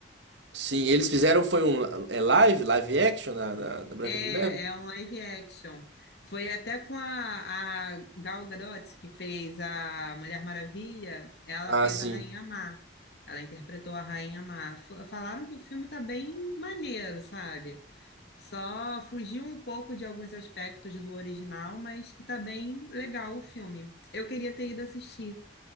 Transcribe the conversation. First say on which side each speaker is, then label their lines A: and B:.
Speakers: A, on the right; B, on the left.
A: Sim, eles fizeram foi um é live, live action da, da, da Branca
B: É,
A: de Neve?
B: é um live action. Foi até com a, a Gal Gadot, que fez a Mulher Maravilha, ela
A: Ah,
B: fez
A: sim.
B: a Rainha Má. Ela interpretou a Rainha Má. F- Falaram que o filme tá bem maneiro, sabe? Só fugiu um pouco de alguns aspectos do original, mas que tá bem legal o filme. Eu queria ter ido assistir